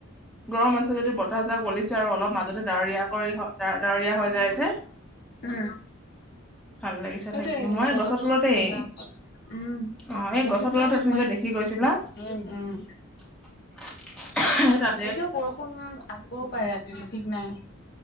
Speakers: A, in the centre; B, on the left (about 50°).
A: গৰম আছে যদি বতাহজাক বলিছে আৰু অলপ মাজতে ডাৱৰীয়া কৰি ডাৱৰীয়া হৈ যায় যে। <inaudible>
B: উম',।
A: ভাল লাগিছে থাকি।
B: <unintelligible>
A: মই
B: বতৰটো
A: গছৰ তলতেই
B: অকমান ঠাণ্ডা উম
A: অ এই
B: দেখিছোয়ে
A: গছৰ তলতে
B: সেই
A: তাতে
B: তোমাক
A: যে দেখি গৈছিলা।
B: উম, উম,
A: সেই তাত
B: এতিয়াও বৰষুণ আহিবও পাৰে ৰাতিলৈ ঠিক নাই।